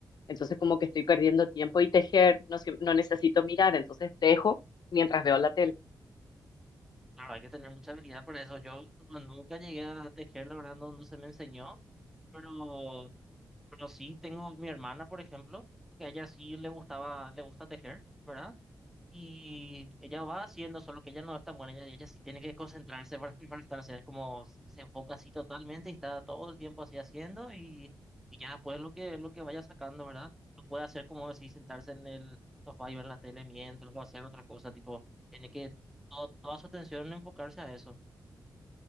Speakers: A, on the left; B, in the centre.
A: entonces como que estoy perdiendo tiempo y tejer, no, siem- no necesito mirar, entonces tejo mientras veo la tele.
B: claro, hay que tener mucha habilidad para eso. Yo no- nunca llegué a tejer, la verdad, no, no se me enseñó, pero, pero sí tengo mi hermana, por ejemplo, que a ella sí le gustaba, le gusta tejer, ¿verdad? Y ella va haciendo, solo que ella no es tan buena, ella, ella sí tiene que concentrarse para, <laughs> para estar, o como se enfoca así totalmente y está todo el tiempo así haciendo y, y ya después lo que, lo que vaya sacando, ¿verdad? No puede hacer como si sentarse en el sofá y ver la tele mientras o hacer otra cosa, tipo, tiene que to- toda su atención enfocarse a eso.